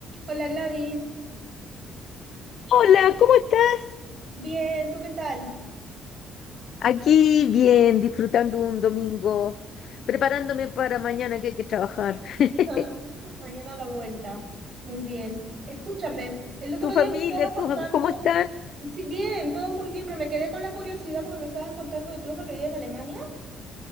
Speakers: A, on the right; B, on the left.
A: Hola Gladys,
B: Hola, ¿cómo estás?
A: bien, ¿tú qué tal?
B: Aquí bien, disfrutando un domingo, preparándome para mañana que hay que trabajar. <laughs>
A: <laughs> Mañana a la vuelta, muy bien. Escúchame, el otro
B: ¿Tu
A: día
B: familia,
A: me estabas contando,
B: tus am- cómo están?
A: sí, bien, todo muy bien, pero me quedé con la curiosidad porque me estabas contando de tu hija que vive en Alemania.